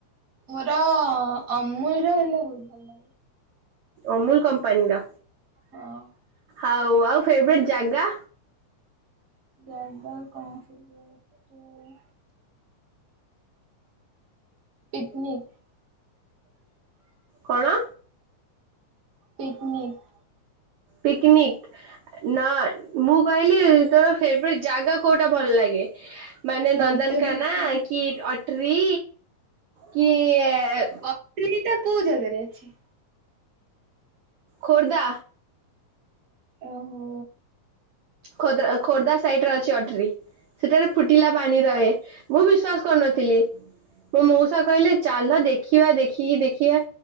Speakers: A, on the right; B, on the right.
A: ମୋର ଅମୁଲର ହେଲେ ବହୁତ ଭଲଲାଗେ।
B: ଅମୁଲ କମ୍ପାନୀର।
A: ହଁ।
B: ଆଉ ଆଉ ଫେବରେଟ ଯାଗା?
A: ଯାଗା କଣ ଟିକେ ଟିକେ ପିକନିକ୍। <inaudible>
B: କଣ?
A: ପିକନିକ୍।
B: ପିକନିକ। ନା, ମୁଁ କହିଲି ତୋର ଫେବେରେଟ୍ ଜାଗା କୋଉଟା ଭଲ ଲାଗେ? ମାନେ
A: ମତେ
B: ନନ୍ଦନକାନନ କି ଅଟ୍ରି କି ଆହ୍
A: ଅଟ୍ରି ଟା କୋଉ ଜାଗାରେ ଅଛି?
B: ଖୋର୍ଦ୍ଧା।
A: ଓ ହୋ
B: ଖୋଦରା ଖୋର୍ଦ୍ଧା ସାଇଡରେ ଅଛି ଅଟ୍ରି। ସେଠାରେ ଫୁଟିଲା ପାଣି ରହେ ମୁଁ ବିଶ୍ଵାସ କରୁନଥିଲି। ମୋ ମଉସା କହିଲେ ଚାଲ ଦେଖିବା ଦେଖିକି ଦେଖିବା।